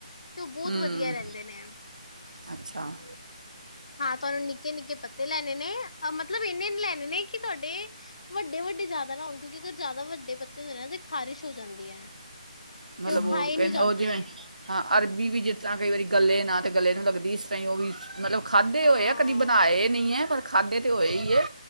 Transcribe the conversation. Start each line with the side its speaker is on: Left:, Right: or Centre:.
Left: ਤੇ ਉਹ ਬਹੁਤ
Right: ਹੂੰ
Left: ਵਧੀਆ ਰਹਿੰਦੇ ਨੇ,
Right: ਅੱਛਾ
Left: ਹਾਂ ਤੁਆਨੂੰ ਨਿੱਕੇ-ਨਿੱਕੇ ਪੱਤੇ ਲੈਣੇ ਨੇ ਮਤਲਬ ਇੰਨੇ ਨ ਲੈਣੇ ਨੇ ਕਿ ਤੁਹਾਡੇ ਵੱਡੇ-ਵੱਡੇ ਜ਼ਿਆਦਾ ਨਾ ਹੋਣ ਕਿਉਂਕਿ ਅਗਰ ਜ਼ਿਆਦਾ ਵੱਡੇ ਪੱਤੇ ਹੁੰਦੇ ਨਾ ਤੇ ਖਾਰਿਸ਼ ਹੋ ਜਾਂਦੀ ਐ।
Right: ਮਤਲਬ
Left: ਤੇ
Right: ਉਹ
Left: ਖਾਏ
Right: ਕਹਿੰਦੇ
Left: ਨੀ ਜਾਂਦੇ
Right: ਉਹ ਜਿਵੇਂ ਹਾਂ। ਅਰਬੀ ਵੀ ਜਿਸ ਤਰ੍ਹਾਂ ਕਈ ਵਾਰੀ ਗੱਲੇ ਨਾ ਤਾਂ ਗੱਲੇ ਨੂੰ ਲੱਗਦੀ ਇਸ ਤਰ੍ਹਾਂ ਉਹ ਵੀ ਮਤਲਬ ਖਾਧੇ
Left: ਹਾਂ
Right: ਹੋਏ ਆ ਕਦੀ ਬਣਾਏ ਨਹੀਂ ਐ ਪਰ ਖਾਧੇ ਤੇ ਹੋਏ ਈ ਐ।